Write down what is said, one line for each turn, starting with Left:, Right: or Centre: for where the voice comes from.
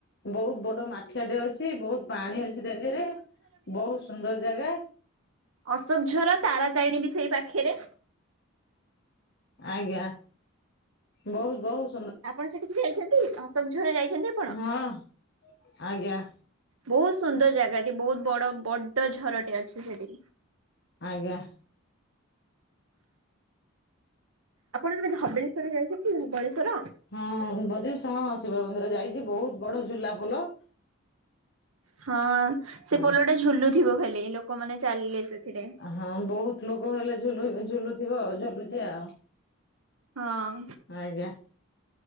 Left: ବହୁତ୍ ବଡ ମାଠିଆ ଟେ ଅ ଛି ବହୁତ୍ ପାଣି ଅଛି ତା ଧେରେ, ବହୁତ୍ ସୁନ୍ଦର୍ ଜାଗା।
Right: ଅଶୋକ୍ ଝର ତାରାତାରେଣୀ ବି ସେଇ ପାଖେରେ।
Left: ଆଜ୍ଞା, ବହୁତ୍-ବହୁତ୍
Right: ଆପଣ ସେଠିକି ଯାଇଛନ୍ତି, ଅଶୋକ୍ ଝର ଯାଇଛନ୍ତି ଆପଣ?
Left: ହଁ ଆଜ୍ଞା।
Right: ବହୁତ୍ ସୁନ୍ଦର୍ ଜାଗାଟି, ବହୁତ୍ ବଡ-ବଡ ଝରଟେ ଅଛି ସେଠି।
Left: ଆଜ୍ଞା।
Right: ଆପଣ ଯେବେ ଧବଳେଶ୍ୱର ଯାଇଚନ୍ତି ଧବଳେଶ୍ୱର?
Left: ହଁ ମଜି ହଁ ଶିବ ମନ୍ଦିର ଯାଇଚି ବହୁତ ବଡ ଝୁଲା ପୋଲ।
Right: ହଁ। ସେ
Left: ହଁ
Right: ପୋଲ ଟା ଝୁଲୁଥିବ ଖାଲି ଲୋକମାନେ ଚାଲିଲେ ସେଥିରେ।
Left: ହଁ ବହୁତ ଲୋକ ହେଲେ ଝୁଲୁ ଝୁଲୁଥିବଉ ଝୁଲୁଚି ଆଉ।
Right: ହଁ।
Left: ଆଜ୍ଞା।